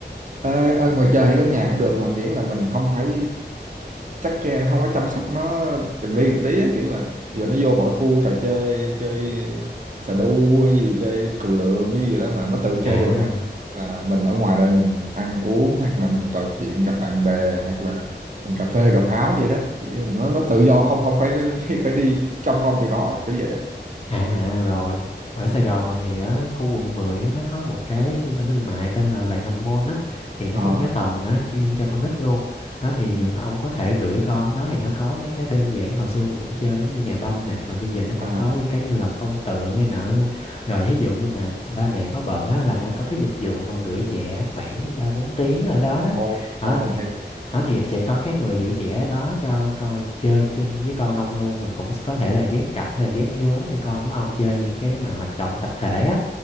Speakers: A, on the right; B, on the left.
A: Ờ, ở ngoài trời hay trong nhà cũng được mà miễn là mình không phải chắc ke không phải chăm sóc nó từng ly từng tí á, kiểu là giờ nó vô mỗi khu trò chơi chơi xà đu cái gì chơi cầu lượn cái gì đó mà nó tự
B: À.
A: chơi được á là mình ở ngoài đây mình ăn uống hoặc là mình trò chuyện gặp bạn bè hoặc là mình cà phê cà pháo vậy đó Kiểu là nó nó tự do không không phải <laughs> phải đi trong nom tụi nó kiểu vậy đó
B: À, à rồi, ở Sài Gòn mình thì ở khu quận 10 á, nó có một cái trung tâm thương mại tên là Vạn Hạnh Mall á thì nó
A: à
B: có một cái tầng nó chuyên cho con nít luôn. Đó thì
A: ừ
B: ông có thể gửi con đó thì nó có mấy cái đơn giản hồi xưa mình cũng chơi giống như nhà banh nè mà bây giờ nó cũng
A: à
B: có những cái như là tô tượng hay nọ luôn. Rồi thí dụ như mà ba mẹ có bận á là nó có cái dịch vụ mà gửi trẻ khoảng 3 4 tiếng ở đó đó.
A: ô
B: Đó
A: ô
B: thì
A: hay quá
B: đó thì sẽ có cái người giữ trẻ đó cho coi chơi chung với con ông luôn rồi cũng có thể là ghép cặp hay là ghép nhóm cho con của ông chơi những cái mà hoạt động tập thể á